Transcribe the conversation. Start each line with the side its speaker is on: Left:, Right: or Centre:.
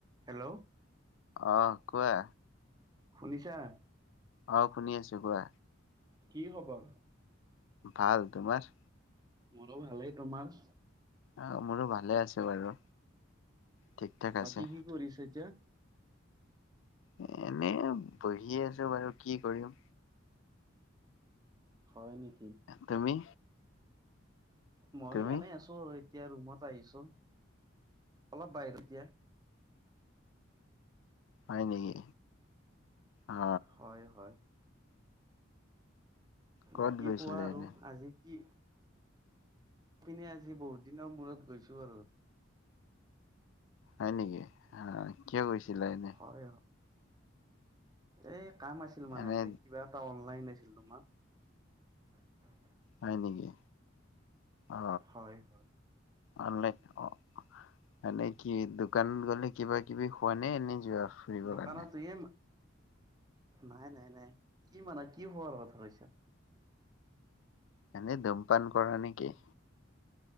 Right: Hello.
Left: অ', কোৱা।
Right: শুনিছানে নাই?
Left: আহ শুনি আছো কোৱা
Right: কি খবৰ?
Left: ভাল তোমাৰ?
Right: মোৰো ভালেই তোমাৰ?
Left: অ মোৰো ভালে আছে বাৰু। ঠিক ঠাক
Right: বাকী
Left: আছে
Right: কি কৰিছা এতিয়া?
Left: এ এনে বহি আছো বাৰু কি কৰিম।
Right: হয় নেকি।
Left: তুমি
Right: মই
Left: তুমি
Right: এনে আছো। এতিয়া ৰুমত আহিছো অলপ বাহিৰত
Left: হয় নেকি! অ।
Right: হয় হয়
Left: ক'ত
Right: বাকী
Left: গৈছিলে
Right: কোৱা আৰু
Left: এনে
Right: আজি কি পিনে আজি বহুত দিনৰ মূৰত গৈছো আৰু
Left: হয় নেকি আহ কিয় গৈছিলা এনে?
Right: হয় হয় এই কাম আছিল মানে
Left: এনে
Right: যে কিবা এটা অনলাইন আছিলো ত <unintelligible>
Left: হয় নেকি অ
Right: হয় হয়
Left: অনলাইন অ মানে কি দোকানত গ'লে কিবা কিবি খোৱা নে এনে যোৱা ফুৰিব
Right: দোকানত
Left: কাৰণে
Right: এম নাই নাই নাই কি মানে কি হোৱাৰ কথা কৈছা?
Left: এনেই ধুমপান কৰা নেকি?